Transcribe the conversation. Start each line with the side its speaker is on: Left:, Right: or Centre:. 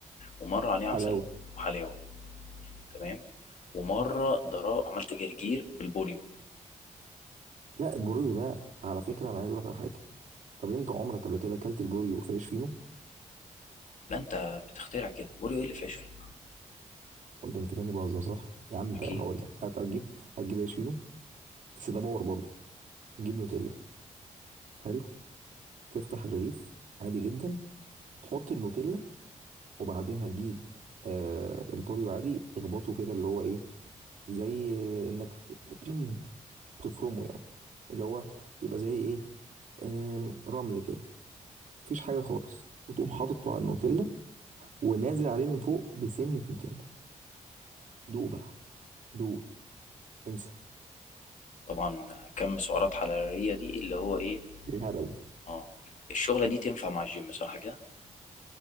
Left: ومره عليه عسل
Right: وحلاوه
Left: وحلاوه تمام ومره ضرب عملت جرجير بالبوريو
Right: لا البوريو ده على فكره انا عايز اقول لك على حاجه طب انت عمرك قبل كده اكلت البوريو في عيش فينو
Left: لا انت بتخترع كده بوريو ايه اللي فيهاش فيه
Right: وانت فاكرني بهزر صح يا عم
Left: اكيد
Right: بقى هقول لك هت- هتجيب هتجيب عيش فينو بس ده باور برضه وتجيب نوتيلا حلو تفتح الرغيف عادي جدا هتحط النوتيلا وبعدين هتجيب آه البوريو عادي تخبطه كده اللي هو ايه زي انك ت- <clears throat> تفرمه يعني اللي هو يبقى زي ايه آم، رمل كده مفيش حاجة خالص وتقوم حاططه على النوتيلا ونازل عليه من فوق بسنة نوتيلا دوق بقى دوق انسى
Left: طبعا كم سعرات حراريه دي اللي هو ايه
Right: بالهبل
Left: اه الشغله دي تنفع مع الجيم صح كده